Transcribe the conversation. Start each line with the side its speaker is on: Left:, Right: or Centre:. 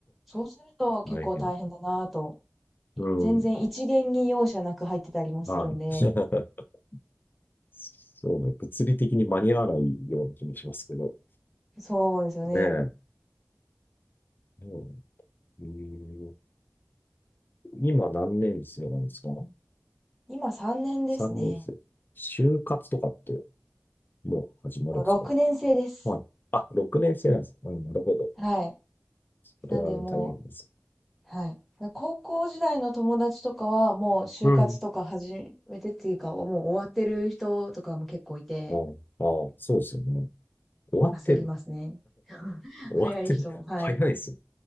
Centre: そうすると結構大変だなぁと。
Left: 大変。うん。
Centre: 全然一元に容赦なく入ってたりもするんで、
Left: はい。<laughs> そうね。物理的に間に合わないような気もしますけど。
Centre: そうですよね。
Left: ねえ。うん。うん今何年生なんですか
Centre: 今3年ですね。
Left: ?3 年生。就活とかってもう始まるんですか
Centre: 6年生です。
Left: はい。あ、6年生なんです。うん、なるほど。
Centre: はい。
Left: それは大変です。
Centre: なんでもうはい。高校時代の友達とかは、もう就活とか始めてっていうか、
Left: うん。
Centre: もう終わってる人とかも結構いて、
Left: ああ、ああそうですよね。終わってる。
Centre: 焦りますね。<laughs>
Left: 終わってる。
Centre: 早い人、はい。
Left: <laughs> 早いですね。